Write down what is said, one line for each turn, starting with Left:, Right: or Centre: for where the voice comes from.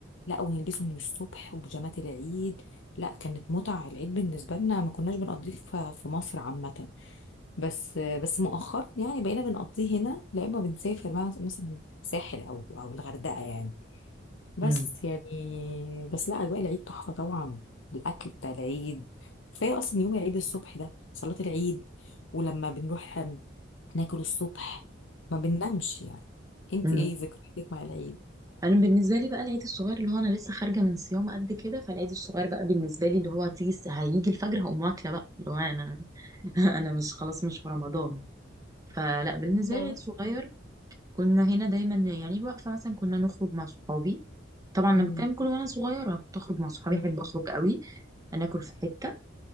Left: لا ونلبسه من الصبح وبيجامات العيد لا كانت متعة العيد بالنسبة لنا ما كناش بنقضيه في في مصر عامة بس بس مؤخرا يعني بقينا بنقضيه هنا لا اما بنسافر مثلا ساحل او او الغردقة يعني بس
Right: امم
Left: يعني بس لا اجواء العيد تحفه طبعا الاكل بتاع العيد كفايه اصلا يوم العيد الصبح ده صلاه العيد ولما بنروح ناكل الصبح ما بننامش يعني انت
Right: امم
Left: ايه ذكرياتك مع العيد
Right: انا بالنسبة لي بقى العيد الصغير اللي هو انا لسه خارجة من صيام قد كده فالعيد الصغير بقى بالنسبة لي اللي هو تيجي الس- هيجي الفجر هقوم واكلة بقى اللي هو انا <laughs> انا مش خلاص مش في رمضان فلا بالنسبة
Left: اه
Right: لي العيد الصغير كنا هنا دايما يعني الوقفة مثلا كنا نخرج مع صحابي طبعا
Left: مم.
Right: لما كان كل وانا صغيرة كنت اخرج مع صحابي
Left: مم.
Right: احب اخرج قوي ناكل في حتة